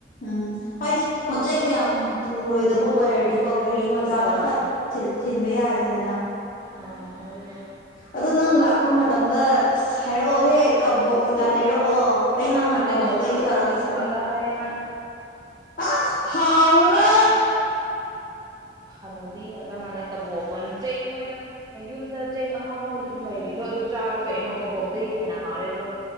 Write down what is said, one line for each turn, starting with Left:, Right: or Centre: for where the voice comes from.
Left: ꯎꯝ ꯍꯥꯏꯗꯤ ꯄꯣꯠ ꯆꯩ ꯃꯌꯥꯝ ꯄꯨꯔꯣꯏ ꯗꯕꯨ ꯑꯣꯏꯔꯗꯤꯀꯣ ꯒꯥꯔꯤ ꯃꯆꯥꯗ
Right: ꯑꯥ
Left: ꯐꯠ ꯊꯤꯟꯕ ꯌꯥꯔꯅꯤꯗꯅ
Right: ꯑꯥ ꯑꯗꯨꯅꯦ
Left: ꯑꯗꯣ ꯅꯪ ꯂꯥꯛꯄ ꯃꯇꯝꯗ ꯍꯥꯏꯔꯛꯑꯣꯍꯦꯛ ꯀꯕꯣꯛ ꯀꯩꯀꯥ ꯂꯩꯔꯛꯑꯣ ꯑꯩ ꯅꯍꯥꯟ
Right: ꯑꯁ ꯇꯜꯂꯦ
Left: ꯀꯕꯣꯛ ꯂꯩꯒꯦ
Right: ꯈꯛꯇ
Left: ꯇꯧꯔꯒ
Right: ꯀꯕꯣꯛ
Left: ꯁꯉ
Right: ꯈꯛꯇ ꯍꯥꯏꯌꯦ ꯅꯪ
Left: ꯑꯁ ꯍꯥꯎꯥꯕꯅ
Right: ꯈꯥꯟꯅꯕꯤꯒꯗꯃꯥꯏꯅ ꯀꯕꯣꯕ ꯆꯦꯡ ꯅꯣꯏꯗ ꯌꯨꯝꯗ ꯆꯦꯡ ꯑꯍꯥꯎꯕ ꯂꯩꯔꯤꯗꯣ ꯑꯗꯣ ꯆꯥꯔꯣ ꯀꯩꯅꯣ ꯀꯕꯣꯛꯇꯒꯤ ꯍꯥꯦꯟ ꯍꯥꯎꯔꯦ